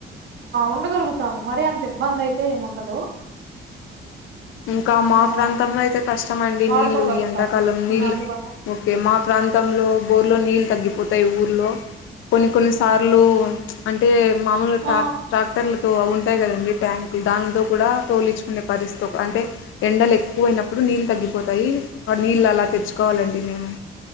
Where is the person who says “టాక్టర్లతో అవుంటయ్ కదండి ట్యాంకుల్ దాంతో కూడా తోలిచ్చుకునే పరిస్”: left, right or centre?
Left